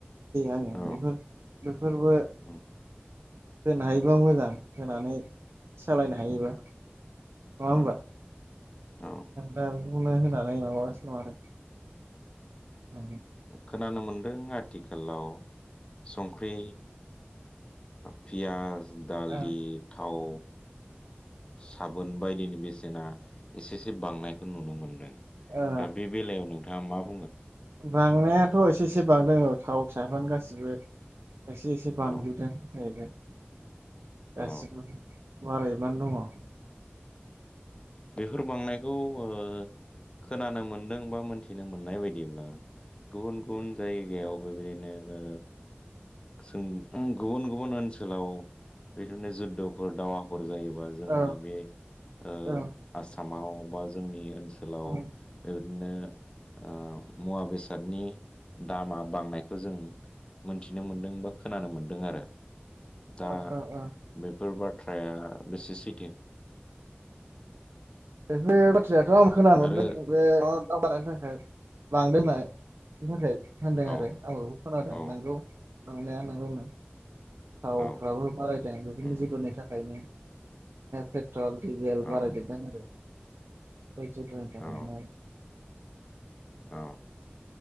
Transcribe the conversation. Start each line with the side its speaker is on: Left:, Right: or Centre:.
Right: आङो
Left: औ
Right: बेफोर बेफोरबो
Left: उम
Right: होनो हायोबा मोजां होनानै सालायनो हायोबा नङा होनब्ला
Left: औ औ ओ
Right: द बुं माबागासिनो आरो औ
Left: खोनानो मोन्दों आथिखालाव संख्रि पियाज दालि
Right: आरो
Left: थाव साबोन बायदिनि बेसेना एसे एसे बांनायखौ नुनो मोनदों।
Right: ओ
Left: दा बे बेलायाव नोंथाङा मा बुंगोन?
Right: बांनायाथ' एसे एसे बांदों औ थाव साबोन गासिबो। एसे एसे बांजोबदों
Left: औ
Right: जाहैबाय। गासिखौबो
Left: औ
Right: बारायजोबनानै दङ
Left: बेफोर बांनायखौ ओ खोनानो मोनदों बा मोनथिनो मोननाय बायदिब्ला गुबुन गुबुन जायगायावबो बेबायदिनो ओ जों गुबुन गुबुन ओनसोलाव बिदिनो जुध' फोर दावहाफोर जायोबा जोंनि
Right: औ
Left: बे ओ
Right: औ
Left: आसामाव बा जोंनि ओनसोल ओनसोलाव
Right: औ
Left: बेबायदिनो मुवा ओ मुवा बेसादनि दामा बांनायखौ जों मोनथिनो मोनदों बा खोनानो मोनदों आरो। दा
Right: औ औ
Left: बेफोर बाथ्राया बेसे सैथो?
Right: बेफोर बाथ्रायाथ' आं खोनानो मोनदों
Left: आरो
Right: बे दावगानायनि थाखाय लांदो थाखाय होनदों
Left: औ
Right: आरो आं बेखौ खोनादों
Left: औ
Right: नोंगौ। नंनाया नोंगौनो थावफ्राबो
Left: औ
Right: बारायदों बेफोरनि
Left: उम
Right: जुधनि थाखायनो। पेट्रल डिजेल
Left: औ
Right: बारायजोबदों आरो बेै जुधनि थाखायनो
Left: औ औ